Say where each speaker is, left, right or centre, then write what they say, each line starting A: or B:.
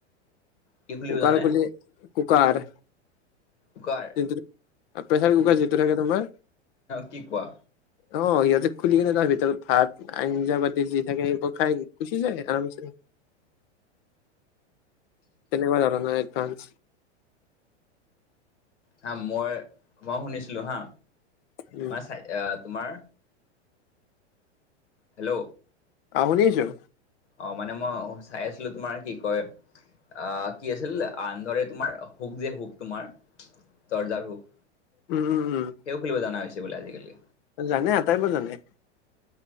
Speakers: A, on the left; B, on the left.
A: কি খুলিব
B: কুকাৰ
A: জানে
B: খুলি কুকাৰ।
A: কাৰ
B: প্ৰেচাৰ কুকাৰ
A: কি
B: যিটো থাকে তোমাৰ।
A: কি কোৱা
B: অ সিহঁতে খুলি কেনে তাৰ ভিতৰত ভাত আঞ্জা পাতি যি থাকে সেইবোৰ, খাই গুছি যায় আৰামছে। তেনেকুৱা জান নাই এদভানচ।
A: হা মই মই শুনিছিলোঁ হা
B: উম
A: মই চাই তোমাৰ। হেল্ল'।
B: আহ শুনিছোঁ।
A: অ মানে মই চাই আছিলো তোমাৰ কি কয়। আহ কি আছিল আনন্দৰে তোমাৰ হুক যে হুক তোমাৰ। দৰ্জা হুক।
B: উম, উম, উম।
A: সেও খেলিব জানা হৈছে বোলে আজিকালি।
B: জানে আটাইবোৰ জানে।